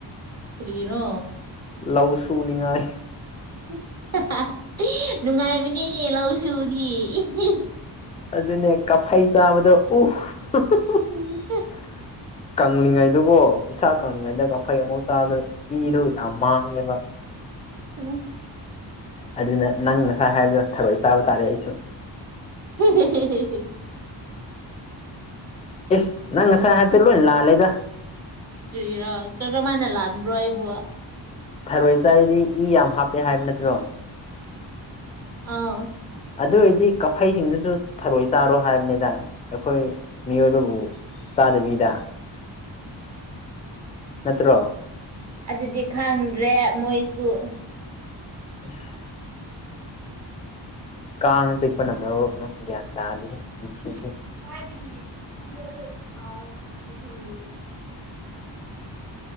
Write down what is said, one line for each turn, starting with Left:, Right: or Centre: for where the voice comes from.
Right: ꯀꯔꯤꯔꯣ
Left: ꯂꯧ ꯁꯨꯅꯤꯡꯉꯥꯏ
Right: ꯏꯁ <unintelligible> ꯅꯨꯡꯉꯥꯏꯕꯅꯦꯅꯦ ꯂꯧ ꯁꯨꯕꯗꯤ <unintelligible>
Left: ꯑꯗꯨꯅꯦ ꯀꯐꯩ ꯆꯥꯕꯗꯣ ꯎꯐ <unintelligible>
Right: ꯎꯝ
Left: ꯀꯪꯂꯤꯉꯩꯗꯀꯣ ꯏꯁꯥ ꯀꯪꯂꯤꯉꯩꯗ ꯀꯐꯩ ꯑꯃꯨꯛ ꯆꯥꯕꯗꯣ ꯏꯗꯣ ꯌꯥꯝ ꯃꯥꯡꯉꯦꯕ
Right: <unintelligible>
Left: ꯑꯗꯨꯅ ꯅꯪ ꯉꯁꯥꯏ ꯍꯥꯏꯕꯗꯣ ꯊꯥꯔꯣꯏ ꯆꯥꯕ ꯇꯥꯔꯦ ꯑꯩꯁꯨ
Right: <unintelligible>
Left: ꯏꯁ ꯅꯪ ꯉꯁꯥꯏ ꯍꯥꯏꯕꯗꯣ ꯂꯣꯏ ꯂꯥꯜꯂꯦꯗ
Right: ꯀ꯭ꯔꯤꯔꯥ ꯀꯔꯝꯃꯥꯏꯅ ꯂꯥꯟꯕ꯭ꯔꯣ ꯑꯩꯕꯨ
Left: ꯊꯔꯣꯏ ꯆꯥꯔꯤꯗꯤ ꯏ ꯌꯥꯝ ꯍꯥꯞꯄꯦ ꯍꯥꯏꯕ ꯅꯠꯇ꯭ꯔꯣ
Right: ꯑꯧ
Left: ꯑꯗꯨ ꯑꯣꯏꯔꯗꯤ ꯀꯐꯩꯁꯤꯡꯗꯨꯁꯨ ꯊꯔꯣꯏ ꯆꯥꯔꯣ ꯍꯥꯏꯝꯅꯤꯗ ꯑꯩꯈꯣꯏ ꯃꯤꯑꯣꯏꯕꯕꯨ ꯆꯥꯗꯕꯤꯗ ꯅꯠꯇ꯭ꯔꯣ
Right: ꯑꯗꯨꯗꯤ ꯈꯪꯗ꯭ꯔꯦ ꯃꯣꯏꯁꯨ
Left: <inaudible> ꯀꯥꯡ ꯆꯤꯛꯄꯅ ꯃꯔꯣꯟ ꯑꯃ ꯒ꯭ꯌꯥꯟ ꯇꯥꯗꯦꯍꯦ ꯄꯨꯟꯁꯤꯁꯦ
Right: <unintelligible>